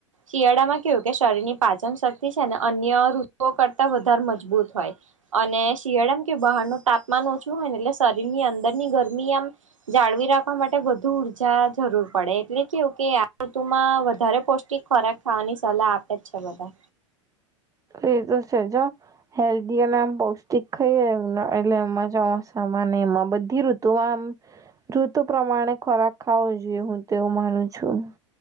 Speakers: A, on the right; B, on the right.
A: શિયાળામાં કેવું કે શરીર ની પાચન શક્તિ છે ને અન્ય ઋતુઓ કરતા વધારે મજબૂત હોય અને શિયાળામ કે બહાર નું તાપમાન ઓછું હોય ને એટલે શરીરની અંદર ની ગરમી આમ જાળવી રાખવા માટે વધુ ઉર્જા જરૂર પડે એટલે કેવું કે આ ઋતુમાં વધારે પૌષ્ટિક ખોરાક ખાવાની સલાહ આપે જ છે બધા
B: એ તો છે જ હ હેલ્ધી અને આમ પૌષ્ટિક ખાઈએ એટલે એમાં ચોમાસામાં અને એમાં બધી ઋતુમાં આમ ઋતુ પ્રમાણે ખોરાક ખાવો જોઈએ હું તેવું માનું છું